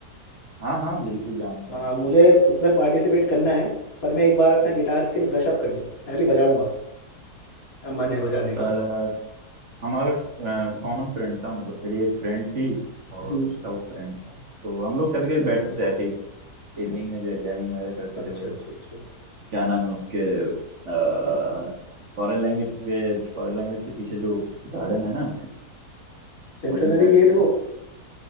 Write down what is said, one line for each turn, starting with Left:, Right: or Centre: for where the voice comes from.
Right: हाँ हाँ बिल्कुल जानते
Left: आ,
Right: हैं उसको
Left: मुझे उसमें पार्टिसिपेट करना है पर मैं एक बार अपना गिटार स्किल ब्रश अप कर लूँ मैं भी बजाऊंगा आ, मन है बजाने का
Right: अ, हमारा कॉमन फ्रेंड था मतलब मेरी एक फ्रेंड थी और
Left: हम्म
Right: उसका वो फ्रेंड था तो हम लोग कभी कभी बैठते थे ऐसे ही इवनिंग में जो है जैमिंग वगैरह करते
Left: अच्छा
Right: थे वहीं
Left: अच्छा अच्छा
Right: क्या नाम है उसके आ, फॉरेन लैंग्वेज के फॉरेन लैंग्वेज के पीछे जो गार्डन है ना
Left: सेंटेनरी
Right: वहीं बैठ
Left: गेट
Right: के
Left: वो